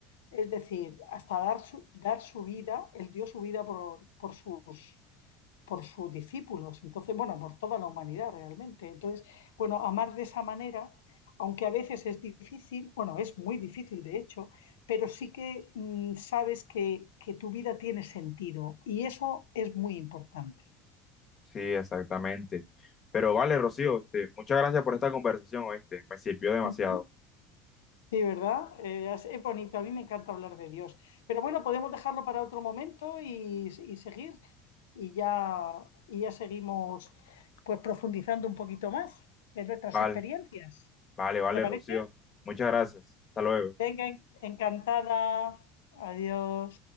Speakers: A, on the left (about 85°); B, on the left (about 35°).
A: Es decir, hasta dar su, dar su vida, Él dio su vida por, por sus por sus discípulos, entonces, bueno, por toda la humanidad realmente. Entonces, bueno, amar de esa manera, aunque a veces es difícil, bueno, es muy difícil de hecho, pero sí que mm, sabes que, que, tu vida tiene sentido y eso es muy importante.
B: Sí, exactamente. Pero vale, Rocío, este, muchas gracias por esta conversación, ¿oíste? Me sirvió demasiado.
A: Ujú. Sí, ¿verdad? Eh, es, es bonito, a mí me encanta hablar de Dios. Pero bueno, podemos dejarlo para otro momento y, y seguir y ya, y ya seguimos pues profundizando un poquito más de nuestras
B: Vale,
A: experiencias.
B: vale, vale,
A: ¿Te parece?
B: Rocío. Muchas gracias. Hasta luego.
A: Venga, encantada. Adiós.